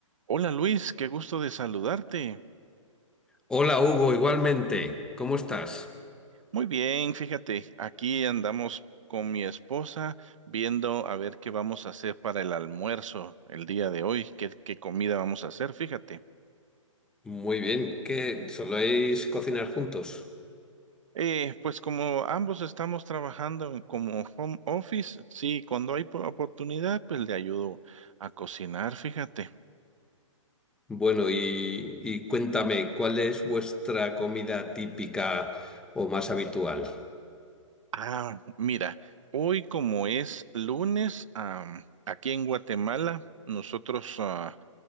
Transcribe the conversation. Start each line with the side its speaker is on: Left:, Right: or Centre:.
Right: Hola Luis, qué gusto de saludarte.
Centre: Hola Hugo, igualmente. ¿Cómo estás?
Right: Muy bien, fíjate, aquí andamos con mi esposa viendo a ver qué vamos a hacer para el almuerzo el día de hoy, qué, qué comida vamos a hacer, fíjate.
Centre: Muy bien, ¿qué soléis cocinar juntos?
Right: Eh, pues como ambos estamos trabajando en- como home office, sí, cuando hay po- oportunidad, pues le ayudo a cocinar, fíjate.
Centre: Bueno, y, y cuéntame, ¿cuál es vuestra comida típica o más habitual?
Right: Ah, mira, hoy como es lunes, am, aquí en Guatemala, nosotros ah,